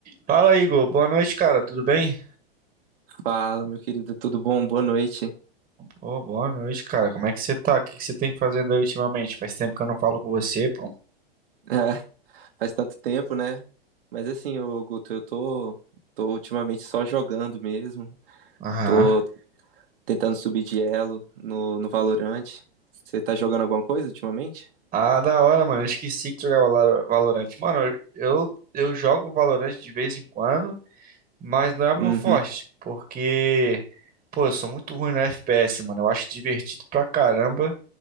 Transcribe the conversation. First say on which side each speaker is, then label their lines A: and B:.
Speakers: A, on the right; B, on the right.
A: Fala, Igor. Boa noite, cara. Tudo bem?
B: Fala, meu querido, tudo bom? Boa noite.
A: Pô, boa noite, cara. Como é que você tá? O que que você tem fazendo aí ultimamente? Faz tempo que eu não falo com você, pô.
B: <laughs> É, faz tanto tempo, né? Mas assim, ô Guto, eu tô, tô ultimamente só jogando mesmo.
A: Aham.
B: Tô tentando subir de elo no, no Valorant Você tá jogando alguma coisa ultimamente?
A: Ah, da hora, mano. Eu esqueci que jogava Valor- Valorant. Mano, eu, eu jogo Valorant de vez em quando, mas não é meu
B: Uhum.
A: forte, porque, pô, eu sou muito ruim no FPS, mano. Eu acho divertido pra caramba,